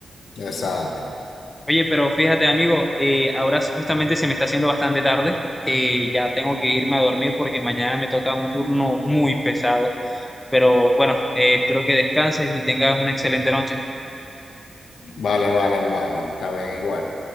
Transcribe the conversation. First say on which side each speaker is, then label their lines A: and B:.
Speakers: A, on the left; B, on the left.
A: Exacto.
B: Oye, pero fíjate, amigo, eh, ahora justamente se me está haciendo bastante tarde. eh, ya tengo que irme a dormir porque mañana me toca un turno muy pesado. Pero bueno, eh, espero que descanses y tengas una excelente noche.
A: Vale, vale, hermano, está bien, igual.